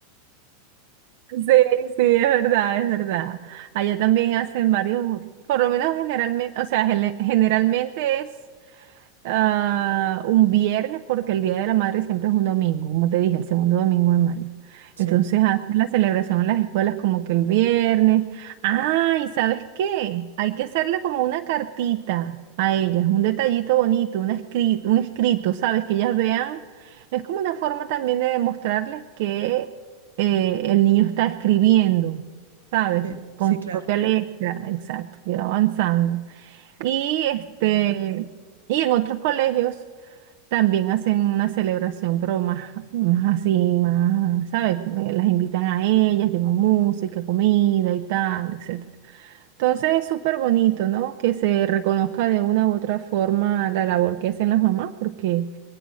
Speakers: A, on the right; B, on the right.
A: sí, sí, es verdad, es verdad. Allá también hacen varios, por lo menos generalmente, o sea, gene- generalmente es ah, un viernes, porque el Día de la Madre siempre es un domingo, como te dije, el segundo domingo de mayo.
B: Sí,
A: Entonces hacen la celebración en las escuelas como que el viernes. Ah, ¿y sabes qué? Hay que hacerle como una cartita a ellas, un detallito bonito, un escrito, un escrito, ¿sabes? Que ellas vean. Es como una forma también de demostrarles que eh, el niño está escribiendo, ¿sabes?
B: sí,
A: Con
B: sí,
A: su
B: claro.
A: propia letra, exacto, que va avanzando. Y este, y en otros colegios también hacen una celebración, pero más, más así, más, ¿sabes? Eh, Las invitan a ellas, llevan música, comida y tal, etcétera. Entonces es súper bonito, ¿no? Que se reconozca de una u otra forma la labor que hacen las mamás, porque